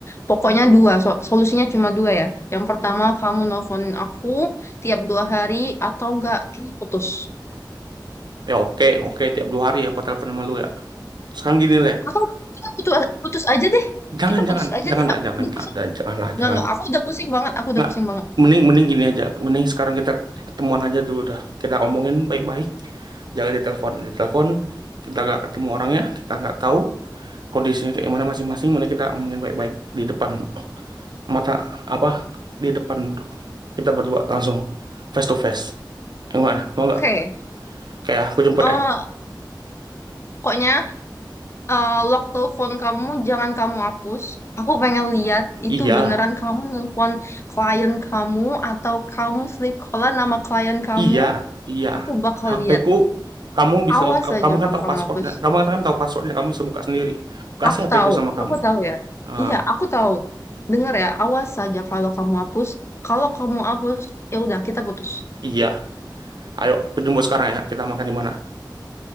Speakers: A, on the left; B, on the right.
A: Pokoknya dua, so- solusinya cuma dua ya. Yang pertama, kamu nelfonin aku tiap dua hari atau enggak kita putus.
B: ya oke oke tiap dua hari ya aku telepon sama lu ya sekarang gini leh
A: Atau kita putus putus aja deh.
B: Jangan,
A: Kita putus
B: jangan,
A: aja
B: janganlah,
A: deh. Aku
B: jangan,
A: udah
B: jangan,
A: pusing.
B: janganlah,
A: nggak
B: jangan.
A: nggak. aku udah pusing banget, aku udah
B: Nggak,
A: pusing banget.
B: mending, mending gini aja. Mending sekarang kita ketemuan aja dulu dah. Kita omongin baik-baik. Jangan ditelepon. Ditelepon, kita nggak ketemu orangnya, kita nggak tahu kondisinya kayak mana masing-masing. Mending kita omongin baik-baik di depan mata apa? Di depan kita berdua langsung face to face. Yang mana? Mau
A: Oke.
B: nggak? Kayak aku jemput
A: eh
B: ya?
A: pokoknya eh lock telepon kamu jangan kamu hapus. Aku pengen lihat
B: Iya.
A: itu beneran kamu nelpon klien kamu atau kamu sleep callan nama klien kamu.
B: Iya, iya.
A: Aku bakal
B: HPku
A: lihat.
B: kamu bisa
A: Awas
B: tahu,
A: aja
B: kamu kan
A: kalau
B: tahu
A: kamu
B: pasportnya,
A: hapus.
B: kamu kan tahu passwordnya, kamu bisa buka sendiri. Kasih
A: Aku
B: HPku
A: tahu,
B: sama kamu.
A: aku tahu ya.
B: Ah,
A: Iya, aku tahu. Dengar ya, awas aja kalau kamu hapus. Kalau kamu hapus, ya udah kita putus.
B: iya. Ayo, aku jemput sekarang ya. Kita makan di mana?